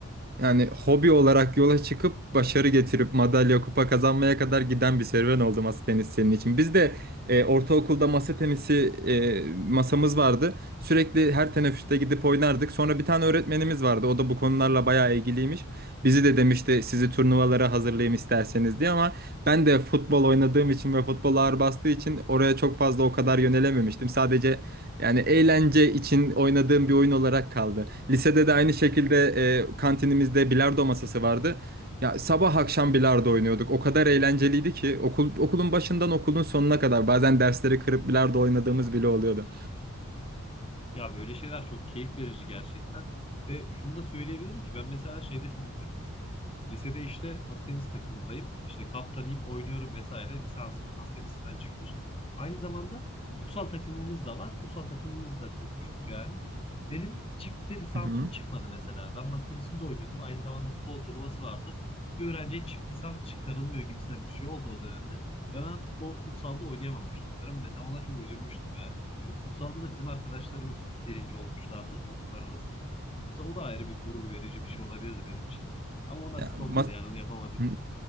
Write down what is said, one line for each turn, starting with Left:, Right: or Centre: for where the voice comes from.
Right: Yani hobi olarak yola çıkıp başarı getirip madalya kupa kazanmaya kadar giden bir serüven oldu masa tenisi senin için. Biz de e, ortaokulda masa tenisi e, masamız vardı. Sürekli her teneffüste gidip oynardık. Sonra bir tane öğretmenimiz vardı. O da bu konularla bayağı ilgiliymiş. Bizi de demişti sizi turnuvalara hazırlayayım isterseniz diye ama Ben de futbol oynadığım için ve futbol ağır bastığı için oraya çok fazla o kadar yönelememiştim. Sadece yani eğlence için oynadığım bir oyun olarak kaldı. Lisede de aynı şekilde e, kantinimizde bilardo masası vardı. Ya sabah akşam bilardo oynuyorduk. O kadar eğlenceliydi ki okul okulun başından okulun sonuna kadar bazen dersleri kırıp bilardo oynadığımız bile oluyordu.
Left: Ya böyle şeyler çok keyif verici gerçekten. Ve şunu da söyleyebilirim ki ben mesela şeyde çok üzülmüştüm. Lisede işte masa tenisi takımındayım. İşte kaptanıyım, oynuyorum vesaire. Lisansımız masa tenisinden çıkmış. Aynı zamanda futsal takımımız da var. Futsal takımımızı da kurmuştuk yani. Benim çifte lisansım
Right: Hı hı.
Left: çıkmadı mesela. Ben masa tenisinde oynuyordum. Aynı zamanda futbol turnuvası vardı. Bir öğrenciye çift lisans çıkarılmıyor gibisinden bir şey oldu o dönemde. Ve ben futbol, futsalda oynayamamıştım o dönem. Mesela ona çok üzülmüştüm yani. Çünkü futsalda da bizim arkadaşlarımız birinci olmuşlardı okullar arasında. Mesela o da ayrı bir gurur verici bir şey olabilirdi benim için. Ama o nasip
Right: Ya, mas-
Left: olmadı yani onu yapamadık.
Right: Hı.